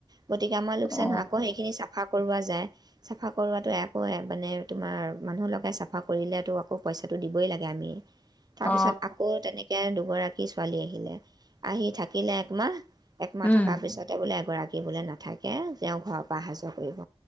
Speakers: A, on the right; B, on the left.
A: গতিকে আমাৰ লোকচান
B: অ
A: হয় আকৌ সেইিনি চাফা কৰোৱাত যায় চাফা কৰোৱো একো মানে তোমাৰ মানুহ লগাই চাফা কৰিলে আকৌ পইচাটো দিবই লাগে আমি তাৰ
B: অ
A: পিছত আকৌ তেনেকে দুগৰাকী ছোৱালী আহিলে আহি থাকিলে একমাহ একমাহ
B: উম
A: থকাৰ পিছতে বোলে গৰাকী বোলে নায় াথাকে তেওঁ ঘৰৰ পৰা অহা যোৱা কৰিব